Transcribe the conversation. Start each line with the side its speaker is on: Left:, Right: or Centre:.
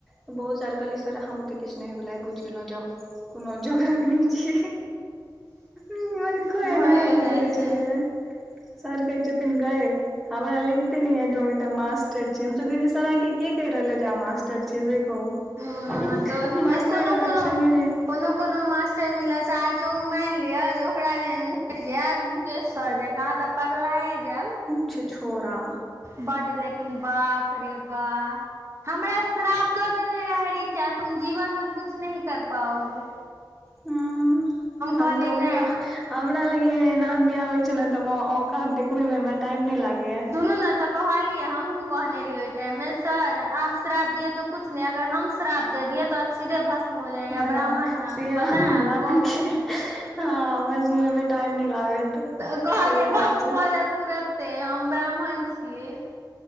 Centre: त बहुत सारा कहलियै सर अहाँ बुते किछु नहि होेएबला अइ बुझि गेलो जाउ कोनो जोकड़क नै छी। हुनको
Right: भए
Centre: एनाहे
Right: जाइ
Centre: कहि दै
Right: छै
Centre: छलियैन हें। सर कहय छथिन गै हमरा लैगते ने या जे हम एतऽ मास्टर छी हमसब कहै छीयै सर अहाँके के कहि रहल ए जे अहाँ मास्टर छीयै से कहू।
Right: हँ दोस्त
Centre: मासटरके
Right: कोनो
Centre: लक्षण
Right: कोनो
Centre: ने ऐह।
Right: कोनो कोनो मास्टर मिलत से आ जँ मानि लिअ जे ओकरा जेहन भेटि जायत मुकेशसर जकाँ त पगलाए जेब।
Centre: छीछोड़ा।
Right: बड लेकिन बाप रे बा हमरा श्राप द देने रहए रीचा तुम जीवन में कुछ नही कर पाओगी।
Centre: हूँ हम
Right: कहलियै
Centre: तऽ
Right: नहि
Centre: उल्टा हमरा लग एहेन-एहेन आदमी आबै छै ने तऽ औकात देखबे में हमरा टाइम ने लागे या।
Right: सुनू ने तऽ कहलियै हमहुँ कहने रहिए ओहि टाइम में सर आप श्राप दिये तो कुछ नहि अगर हम श्राप दे दियए तो सीधे भस्म। हो जाइएगा
Centre: वेहए न
Right: ब्राह्मण है हम
Centre: से आ
Right: बताए आपको
Centre: ब्राह्मण के भस्म होइ मे टाइम नहि लागत।
Right: तऽ कहलियै
Centre: सही बात
Right: भस्म
Centre: छै
Right: भऽ जएब तुरन्ते हम ब्राह्मण छीयै।